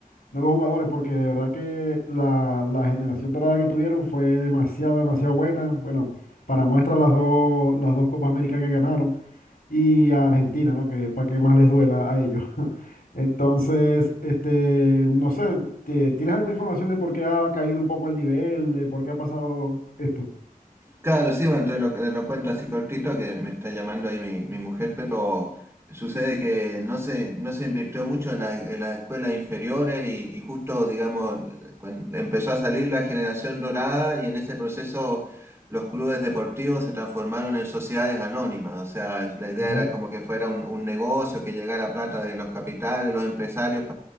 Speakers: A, on the left (about 85°); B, on the right (about 15°).
A: nuevos jugadores, porque de verdad que la, la generación dorada que tuvieron fue demasiado, demasiado buena. Bueno, para muestra las dos, las dos Copas América que ganaron y a Argentina, ¿no? Que para que más les duela a ellos. <laughs> Entonces, este, no sé, ¿tie- ¿tienes alguna información de por qué ha caído un poco el nivel, de por qué ha pasado esto?
B: Claro, sí, bueno, entre lo, lo cuento así cortito que me está llamando ahí mi, mi mujer, pero sucede que no se, no se invirtió mucho en, la- en las escuelas inferiores y, y justo, digamos, cuando empezó a salir la generación dorada y en ese proceso los clubes deportivos se transformaron en sociedades anónimas, o sea, la idea
A: Ya,
B: era como que fuera un, un negocio que llegara plata de los capitales, los empresarios